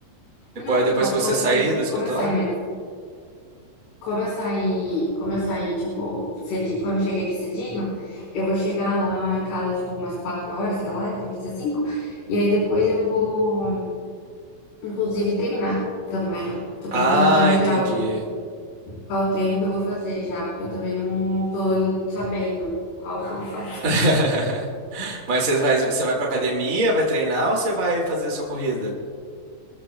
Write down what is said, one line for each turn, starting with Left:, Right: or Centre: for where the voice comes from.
Right: Depois,
Left: Não, então,
Right: depois que
Left: como
Right: você
Left: eu
Right: sair
Left: saí,
Right: do escritório?
Left: como eu saí, mas como eu saí, como eu saí, tipo, cedinho, quando eu cheguei aqui cedinho, eu vou chegar lá em casa, tipo, umas quatro horas, sei lá, entrevista cinco, e aí depois eu vou, inclusive, treinar também. Tô
Right: Ah,
Left: tentando planejar
Right: entendi.
Left: hoje qual treino que eu vou fazer já, porque eu também não tô sabendo qual que eu vou fazer.
Right: <laughs> Mas você vai, você vai pra academia, vai treinar ou você vai fazer a sua corrida?